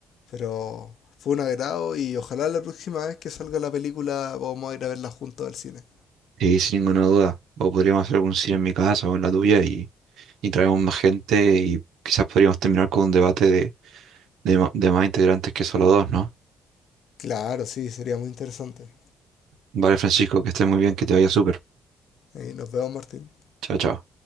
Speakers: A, on the left; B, on the right.
A: Pero fue un agrado y ojalá la próxima vez que salga la película vamos a ir a verla juntos al cine.
B: Y sin ninguna duda, o podríamos hacer algún cine en mi casa o en la tuya y, y traemos más gente y quizás podríamos terminar con un debate de, ma- de más integrantes que solo dos, ¿no?
A: Claro, sí, sería muy interesante.
B: Vale, Francisco, que estés muy bien, que te vaya súper.
A: Ahí nos vemos, Martín.
B: Chao, chao.